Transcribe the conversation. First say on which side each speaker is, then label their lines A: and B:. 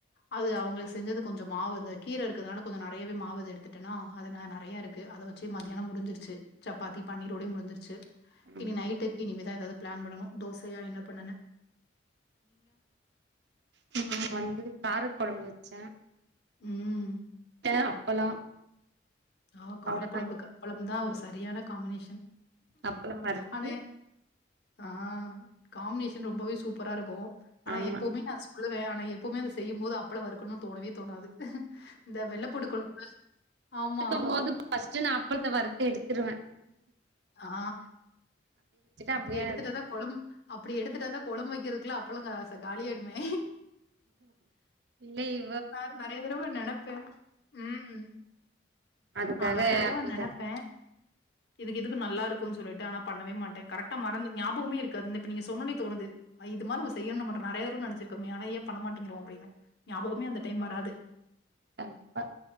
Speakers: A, on the left; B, on the right.
A: அது அவங்களுக்கு செஞ்சது கொஞ்சோ மாவு இந்த கீர இருக்கதுனால கொஞ்சோ நெறையாவவே மாவு இத எடுத்துட்டேன்னா அது நெறைய இருக்கு அத வச்சி மத்தியானோ முடிஞ்சிருச்சு சப்பாத்தி பன்னீரோடயே முடிஞ்சிருச்சு இனி
B: ம்
A: நைட்டுக்கு இனிமேதா எதாவது பிளான் பண்ணனு தோசையா என்ன பண்ணனு
B: நா வந்து கார கொழம்பு வச்ச
A: ம்
B: முட்ட அப்பளோ
A: ஆ காரக்குழம்பக்கு
B: அவ்ளோதா
A: அப்பளம் தா ஒரு சரியான காம்பினேஷன்
B: அப்பளம் வருத்துட்டு
A: ஆனா ஆ காம்பினேஷன் ரொம்பவே சூப்பரா இருக்கு ஆனா
B: ஆமா
A: எப்பவுமே நா சொல்லுவ எப்பவுமே அத செய்யும் போது அப்பளோ வருக்கனணுன்னு தோணவே தோணாது இந்த வெள்ளப்பூண்டு கொழம்பு ஆமா
B: பஸ்ட்டு நா அப்பளத்த வருத்து எடுத்துடுவ
A: ஆ அப்படி
B: அப்டியே
A: எடுத்துட்டதா கொழம்பு அப்படி எடுத்துட்டா தா கொழம்பு வெக்கிறதுக்குல்ல அப்பலோ சார் காலியாடுமே
B: இல்லையே
A: ஆ நெறைய தடவ நெனப்ப ம்
B: அதுக்காக
A: நா நெறைய தடவ
B: அப்டிதா
A: நெனப்ப இது இதுக்கு நல்லா இருக்குன்னு சொல்லிட்டு ஆனா பண்ணவே மாட்ட கரக்டா மறந்து ஞாபகமே இருக்காது நேத்து நீங்க சொன்னனே தோனுது இது மாரு நம்ம செய்ணு மட்டு நெறைய தடவ நெனச்சிருக்கோமே ஆனா ஏன் பண்ணமாட்டிகிறோ அப்டின்னு ஞாபகமே அந்த டைம் வராது
B: கண்டிப்பா